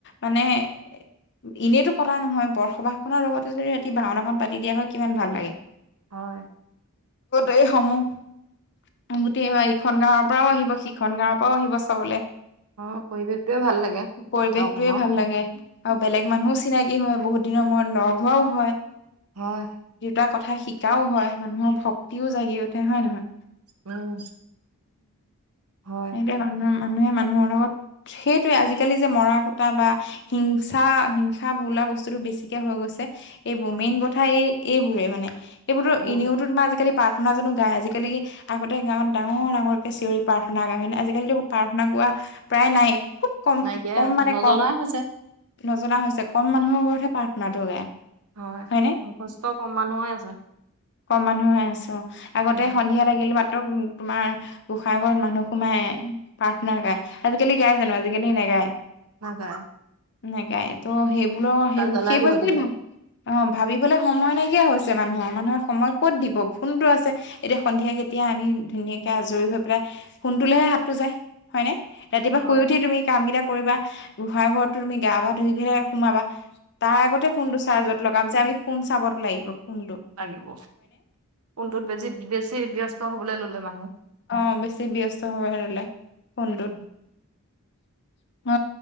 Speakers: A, on the left (about 50°); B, on the right (about 80°).
A: মানে। হয় এনেইতো পতা নহয় বৰসবাস খনৰ লগতে যদি ৰাতি ভাওনাখন পাতি দিয়া হয় কিমান ভাল লাগে।
B: হয়
A: এই সমূহ গোটেইবাৰ এইখন গাঁৱৰ পৰাও আহিব। ইখন গাঁৱৰ পৰাও আহিব চাবলৈ
B: হয় পৰিৱেশটোৱে ভাল লাগে
A: পৰিৱেশটো
B: গাঁওখনৰ
A: য়ে ভাল লাগে আৰু বেলেগ মানুহও চিনাকি হয় বহুত। দিনৰ মূৰত লগ হোৱাও হয়।
B: হয়
A: দুটা কথা শিকাও হয় মানুহৰ ভক্তিও জাগি উঠে হয় নহয়।
B: উম হয়।
A: সেইটোৱেই মানুহৰ মানুহে মানুহৰ লগত সেইটোয়ে আজিকালি যে মৰা কটা বা হিংসা হিংসা বোলা বস্তুতো বেছিকে হৈ গৈছে। এইবোৰ
B: উম,
A: মেইন কথা এই এইবোৰে মানে এইবোৰতো
B: উম,
A: এনেওতো তোমাৰ আজিকালি প্ৰাৰ্থনা জানো গাই? আজিকালি কি আগতে গাঁৱত ডাঙৰ ডাঙৰকে চিঞৰি প্ৰাৰ্থনা কৰা হয়নে আজিকালিতো প্ৰাৰ্থনা গোৱা প্ৰায় নাই। খুব কম
B: নাইকিয়াই
A: কম
B: হৈছে,
A: মানে
B: নজনাই
A: ক
B: হৈছে।
A: নজনা হৈছে কম মানুহৰ ঘৰতহে প্ৰাৰ্থনাতটো গায়।
B: হয়
A: হয়নে
B: মুখস্থ কম মানুহে আছে।
A: কম মানুহৰে আছ অ। আগতে
B: উম,
A: সন্ধিয়া লাগিল মাত্ৰ উ তোমাৰ গোসাইঘৰত মানুহ সোমাই প্ৰাৰ্থনা গায়। আজিকালি গায় জানো? আজিকালি নাগায়,
B: নাযায়।
A: নাগায় তো। সেইবোৰৰ সেইবোৰ
B: দাল জ্বলাই
A: সেইবোৰ
B: থৈ
A: যদি
B: দিয়ে।
A: ভাব অ ভাবিবলে সময় নাইকিয়া হৈছে মানুহৰ মানুহৰ সময় ক'ত দিব? ফোনতটো আছে, এতিয়া সন্ধিয়া কেতিয়া আমি ধুনীয়াকে আজৰি হৈ পেলাই ফোনটোলেহে হাতটো যায়, হয় নে? ৰাতিপুৱা
B: হয়,
A: শুই উঠি
B: হয়।
A: তুমি কাম কেইটা কৰিবা গুহাই ঘৰতো তুমি গা বা ধুই পেলাই সোমাবা তাৰ আগতে ফোনটো চাৰ্জত লগাম যে আমি ফোন চাব লাগিব ফোন
B: লাগিব কোনটোত বেছি বেছি ব্যস্ত হবলৈ ললে মানুহ।
A: অ বেছি ব্যস্ত হব ললে ফোনটোত।
B: উম,
A: অ